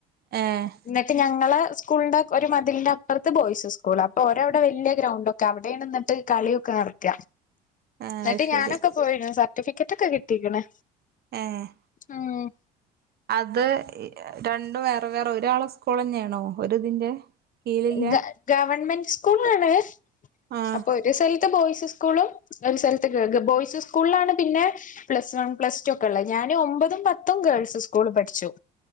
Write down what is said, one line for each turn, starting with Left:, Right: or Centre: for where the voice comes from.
Right: ഏഹ് ഏഹ്
Left: എന്നിട്ട് ഞങ്ങള് സ്കു സ്കൂളിന്റെ ഒരു മതിലിന്റെ അപ്പറത്ത് ബോയ്സ് സ്കൂള് അപ്പൊ ഓരവിടെ വലിയ ഗ്രൗണ്ട് ഒക്കെ അവിടെ നിന്നിട്ട് കളിയൊക്കെ നടക്ക
Right: അത്
Left: എന്നിട്ട്
Right: ശരി
Left: ഞാനൊക്കെ പോയിനു സർട്ടിഫിക്കറ്റ്ഒക്കെ കിട്ടിക്കണ്
Right: ആഹ്
Left: ഉം
Right: അത് രണ്ടു വേറെ വേറെ ഒരാളെ സ്കൂൾ തന്നെയാണോ ഒരിതിന്റെ കീഴിലില്ലേ
Left: ഗ ഗവൺമെന്റ് സ്കൂളാണ്
Right: ആഹ്
Left: അപ്പൊ ഒരു സ്ഥലത്ത് ബോയ്സ് സ്കൂളും ഒര് സ്ഥലത്ത്‌ ഗഗ ബോയ്സ് സ്കൂളാണ് പിന്നെ പ്ലസ് വൺ പ്ലസ് ടു ഒക്കെ ഉള്ളത് ഞാന് ഒമ്പതും പത്തും ഗേൾസ് സ്കൂള് പഠിച്ചു